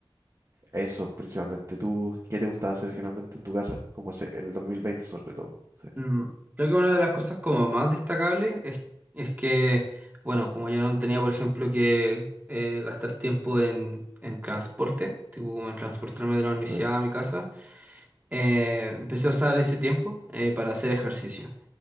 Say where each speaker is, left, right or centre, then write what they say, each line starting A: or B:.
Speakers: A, on the right (about 35°); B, on the right (about 20°).
A: eso principalmente. ¿Tú qué te gustaba hacer generalmente en tu casa? Como ese- el 2020 sobre todo. Sí,
B: mm. Creo que una de las cosas como más destacables es, es que, bueno, como yo no tenía, por ejemplo, que eh, gastar tiempo en, en transporte, tipo como en transportarme de la universidad
A: sí.
B: a mi casa, Eh, empecé a usar ese tiempo eh, para hacer ejercicio